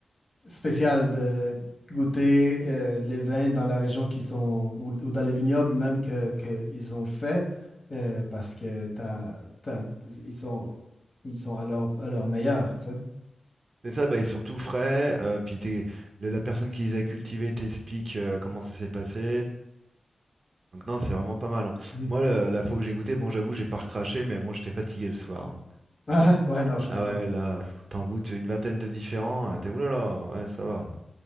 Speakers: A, on the left; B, on the right.
A: spécial de goûter euh, les vins dans la région qui sont, ou, ou dans les vignobles même que, que ils ont fait, euh, parce que t'as, t'as- ils sont, ils sont à leur, à leur meilleur, tu sais.
B: c'est ça, bah, ils sont tout frais. euh, puis t'es- le- la personne qui les a cultivés t'explique euh, comment ça s'est passé. Donc non, c'est vraiment pas mal. hein.
A: Mhm.
B: Moi, le- la fois où j'ai goûté, bon, j'avoue, j'ai pas recraché, mais bon, j'étais fatigué le soir. hein.
A: <laughs> Ah, ouais, non, je
B: Ah
A: comprends.
B: ouais, là, pff, t'en goûtes une vingtaine de différents, euh, t'es oulala, ouais, ça va.